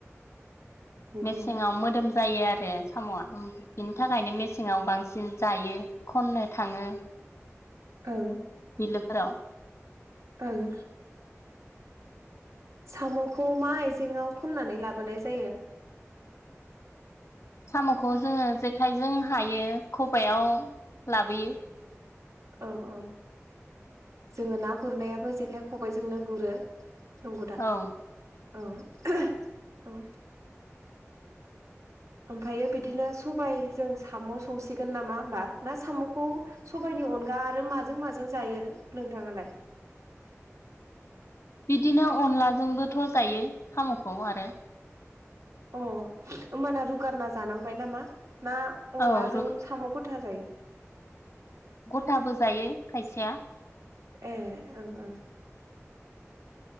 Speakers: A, on the right; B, on the left.
A: नोंगौ
B: मेसेङाव मोदोम जायो आरो साम'आ बिनि थाखायनो मेसेंङाव बांसिन जायो खननो थाङो
A: औ
B: <unintelligible>
A: ओं साम'खौ मा आइजेङाव खन्नानै लाबोनाय जायो?
B: साम'खौ जोङो जेखाइजों हायो खबायाव लाबोयो
A: औ औ जोङो ना गुरनायाबो जेखाइ खबाइजोंनो गुरो नंगौ दा
B: औ
A: औ <unintelligible> औ <unintelligible> ओमफ्रायो बिदिनो सबाय जों साम' संसिगोन नामा होमबा ना साम'खौ सबायनि अनगा आरो माजों माजों जायो नोंथाङालाय?
B: बिदिनो अनलाजोंबोथ' जायो साम'खौ आरो
A: अ होमबाना रुगारना जानांबाय नामा? ना अनलाजों
B: औ रु
A: साम'खौ जायो
B: गथाबो जायो खायसेया
A: ए ओं ओं